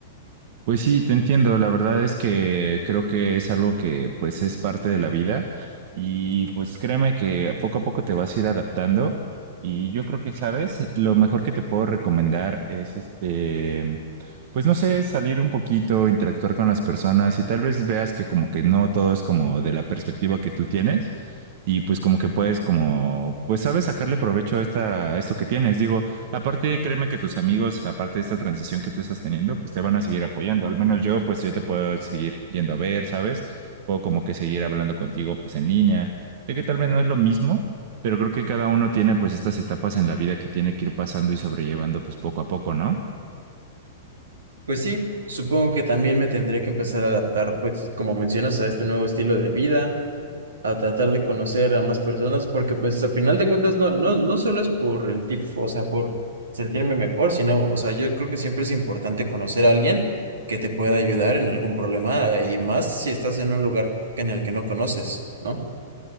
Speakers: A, on the right; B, on the right.
A: <laughs>
B: Pues sí, te entiendo. La verdad es que creo que es algo que pues es parte de la vida y pues créeme que poco a poco te vas a ir adaptando y yo creo que, sabes, lo mejor que te puedo recomendar es este, pues no sé, salir un poquito, interactuar con las personas y tal vez veas que como que no todo es como de la perspectiva que tú tienes y pues como que puedes como, pues sabes, sacarle provecho a esta, a esto que tienes. Digo, Aparte, créeme que tus amigos, aparte de esta transición que tú estás teniendo, pues te van a seguir apoyando. Al menos yo, pues yo te puedo seguir yendo a ver, ¿sabes? Puedo como que seguir hablando contigo, pues en línea. Sé que tal vez no es lo mismo, pero creo que cada uno tiene pues estas etapas en la vida que tiene que ir pasando y sobrellevando pues poco a poco, ¿no?
A: Pues sí, supongo que también me tendré que empezar a adaptar, pues como mencionas, a este nuevo estilo de vida, a tratar de conocer a más personas, porque pues a final de cuentas no, no, no solo es por el tipo, o sea, por sentirme mejor, sino, o sea, yo creo que siempre es importante conocer a alguien que te pueda ayudar en algún problema, y más si estás en un lugar en el que no conoces, ¿no?